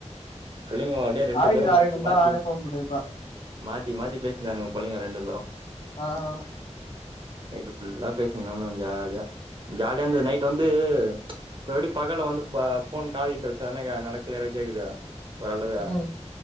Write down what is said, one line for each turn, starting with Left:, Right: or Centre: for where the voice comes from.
Right: புள்ளைங்க அப்டியே ரெண்டு
Left: ஐ
Right: பேரு
Left: டி லாகின்
Right: மாத்தி
Left: இந்தா
Right: மாத்தி
Left: நானே ஃபோன் பண்ணிருப்பே
Right: மாத்தி மாத்தி பேசிந்தானுக புள்ளைக ரெண்டு பேரு
Left: ஆ
Right: நைட்டு ஃபுல்லா பேசிட்னுந்தா இந்தோ ஜாலியா ஜாலியா இந்தது நை ட்டு வந்து இப்ப எப்படி பகல்ல வந்து ஃபா போன் காதுகிட்ட வச்சோன்னே க்க நல்லா களியறா கேக்குது ஓரளவு
Left: ம்